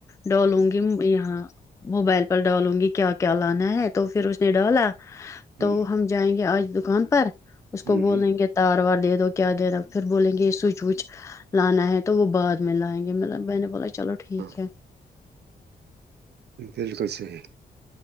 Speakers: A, on the left; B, on the right.
A: ڈالوں گی یہاں موبائل پر ڈالوں گی کیا کیا لانا ہے تو پھر اس نے ڈالا
B: ہوں
A: تو
B: ہوں
A: ہم جائیں گے آج دکان پر اس
B: ہوں
A: کو بولیں
B: ہوں
A: گے تار وار دے دو کیا دےینا پھر بولیں گے یہ سوئچ وچ لانا ہے تو وہ بعد میں لائیں گے مب ب نے بولا چلو ٹھیک
B: ہاں
A: ہے
B: بالکل صحیح